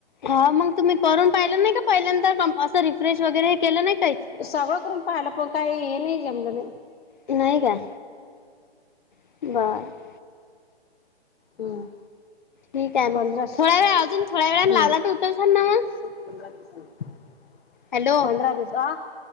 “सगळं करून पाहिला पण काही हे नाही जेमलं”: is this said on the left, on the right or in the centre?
Left